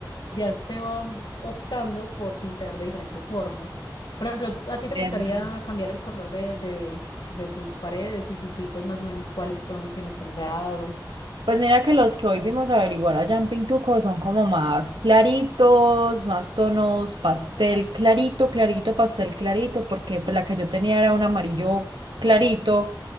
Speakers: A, on the left; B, on the right.
A: ya se va optando por pintar de diferentes formas. Por ejemplo,
B: Entiendo.
A: ¿a ti te gustaría cambiar el color de, de, de tus paredes? Y si sí, pues más o menos cuáles tonos tienes pensados.
B: Pues mira que los que hoy vimos averiguar allá en Pintuco son como más claritos, más tonos, pastel clarito, clarito, pastel clarito, porque pues, la que yo tenía era un amarillo clarito